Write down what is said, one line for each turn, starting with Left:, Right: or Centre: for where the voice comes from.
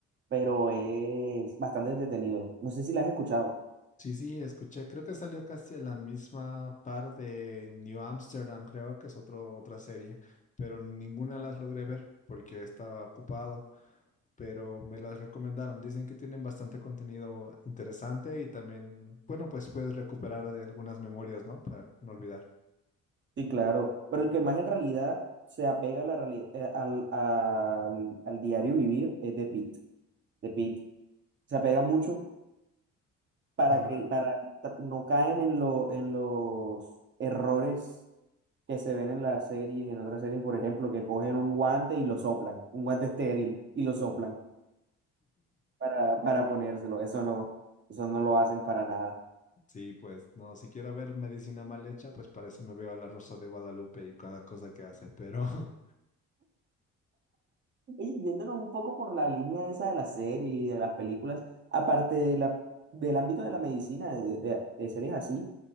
Right: pero es bastante entretenido. No sé si la has escuchado.
Left: Sí, sí, escuché, creo que salió casi a la misma par de New Amsterdam, creo que es otro, otra serie, pero ninguna las logré ver porque estaba ocupado, pero me las recomendaron. Dicen que tienen bastante contenido interesante y también, bueno, pues puedes recuperar de algunas memorias, ¿no? Para no olvidar.
Right: Sí, claro. Pero el que más en realidad se apega a la reali- eh, al, al, al diario vivir es de Pitt. De Pitt se apega mucho para
Left: Ahora,
Right: que para ta- no caen en lo, en los errores que se ven en las series, en otras series, por ejemplo, que cogen un guante y lo soplan, un guante estéril y lo soplan para, para ponérselo. Eso no, eso no lo hacen para nada.
Left: sí, pues no, si quiero ver medicina mal hecha, pues para eso me veo a La Rosa de Guadalupe y cada cosa que hace, pero
Right: Oye, yéndonos un poco por la línea esa de las series y de las películas, aparte de la, del ámbito de la medicina, de, de- de series así,